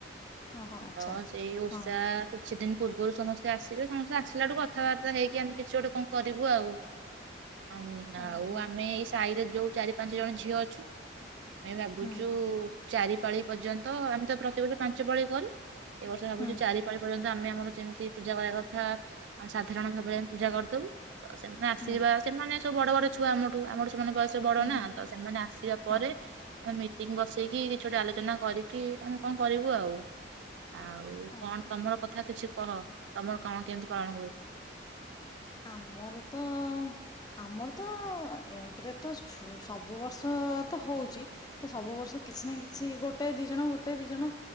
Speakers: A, on the left (about 20°); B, on the right (about 70°).
A: ଓହୋ ଆଚ୍ଛା
B: ତ ସେଇ ଓଷା
A: ହଁ
B: କିଛି ଦିନି। ପୂର୍ବରୁ ସମସ୍ତେ ଆସିବେ ସମସ୍ତେ ଆସିଲ ଠୁ କଥାବାର୍ତ୍ତା ହେଇକି ଆମେ କିଛି ଗୋଟେ କଣ କରିବୁ ଆଉ। ଆଉ ନା
A: ଓହୋ
B: ଆଉ ଆମେ ଏଇ। ସାହିରେ ଯୋଉ ଚାରି ପାଞ୍ଚ ଜଣ ଝିଅ ଅଛୁ। ଆମେ ଭାବୁଛୁ
A: ହୁଁ
B: ଚାରି ପାଳି ପର୍ଯ୍ୟନ୍ତ ଆମେ ତ ପ୍ରତିବର୍ଷ ପାଞ୍ଚ ପାଳି କରୁ। ଏବର୍ଷ ଭାବୁଛୁ
A: ହୁଁ
B: ଚାରି ପାାଳି ପର୍ଯ୍ୟନ୍ତ। ଆମେ ଆମର ଯେମତି ପୂଜା କରିବା କଥା। ଆମ ସାଧାରଣ ଭାବବେ ଆମେ ପୂଜା କରିଦବୁ ତ ସେମି ସିବା
A: ହୁଁ
B: ସେମାନେ। ବଡ ବଡ ଛୁଆ ଆମଠୁ ଆମ ସେମାନଙ୍କ ବୟସ ବଡ
A: ହୁଁ
B: ନା
A: ହୁଁ
B: ତ ସେମାନେ ଆସିବା ପରେ
A: ହଁ
B: ଆମେ ମିଟିଂ ବସେଇକି କି କିଛି ଗୋଟେ ଆଲୋଚନା କରିକି ଆମେ କଣ କରିବୁ ଆଉ। ଆଉ
A: ଓହୋ
B: କଣ ତମର କଥା କିଛି। କହ ତମର କଣ କେମିତି ପାଳନ ହୁଏ।
A: ଆମର ତ ଆମର ତ ଏକ୍ରେ ତ ଛୁ ସବୁ ବର୍ଷ ତ ହଉଛି ତ ସବୁ ବର୍ଷ କିଛି ନା କିଛି ଗୋଟେ ଦି ଜଣ ଗୋଟେ ଦି ଜଣ